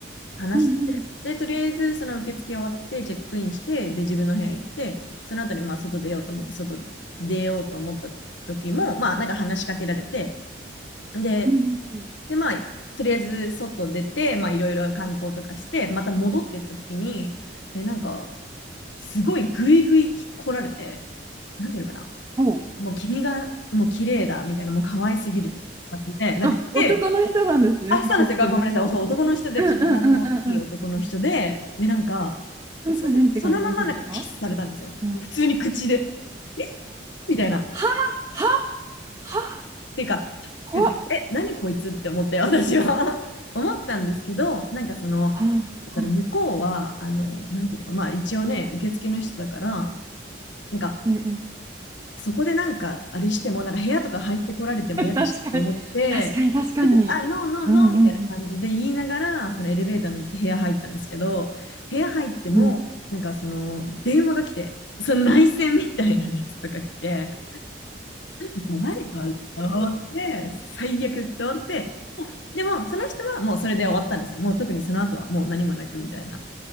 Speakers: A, on the left; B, on the right.
A: 話して、
B: うんうん
A: で、とりあえずその受付終わって、チェックインして、で、自分の部屋行って、その後にまあ外出ようと思って、外出ようと思った時も、まあなんか話しかけられて、で、
B: うんうんうん。
A: で、まあ、とりあえず外出て、まあいろいろ観光とかして、また戻ってった時に、え、なんか、すごいグイグイ来られて、なんていうのかな、
B: おう。
A: もう君がもう綺麗だみたいな、もう可愛すぎるみたいな感じで、なんか来て、
B: あ、男の人なんですね。
A: あ、そうなんですよ。
B: 受付の人は。
A: あごめんなさい。そう、男の人で体の大きい男の人で、
B: うんうんうんうんうん。
A: で、なんか、
B: ドイツ人って感じの人ですか
A: それそのままなんかキスされたんですよ。
B: うん。
A: 普通に口で。えみたいな。っ
B: ははは
A: ていうか、
B: 怖っ。
A: パニックってえ、何こいつって思って、私は <laughs> 思ったんですけど、なんかその、
B: ははは
A: その向こうは、あの、なんていうのか、まあ一応ね、受付の人だから、なんか、
B: ええ。
A: そこでなんか、あれしても、なんか部屋とか入ってこられても嫌だしと思って、
B: <laughs> 確かに、確かに、確かに。
A: それであ、ノーノーノーみたいな感じで言いながら、
B: うんうん
A: そのエレベーターに乗って部屋入ったんですけど、部屋入っても、
B: うん。
A: なんかその電話が来て、その内線みたいなやつとか来て、マジで誰かと思って、最悪と思って、でもその人はもうそれで終わったんですよ。もう特にその後はもう何もなくみたいな。